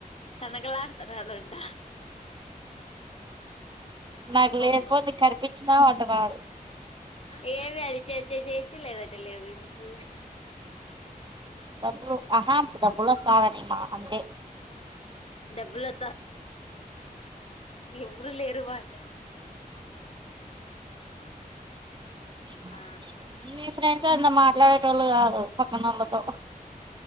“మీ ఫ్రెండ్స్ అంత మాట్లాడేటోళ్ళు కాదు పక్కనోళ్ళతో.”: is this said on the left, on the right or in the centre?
Right